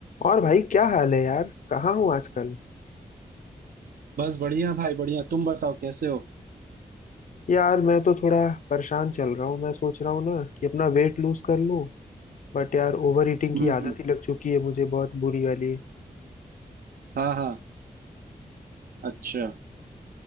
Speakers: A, on the left; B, on the right.
A: और भाई क्या हाल है यार कहाँ हूँ आजकल
B: बस बढ़िया भाई बढ़िया तुम बताओ कैसे हो
A: यार मैं तो थोड़ा परेशान चल रहा हूँ मैं सोच रहा हूँ ना कि अपना वेट लूज कर लूँ बट यार ओवर ईटिंग
B: हम्म
A: की आदत ही लग चुकी है मुझे बहुत बुरी वाली
B: हाँ हाँ अच्छा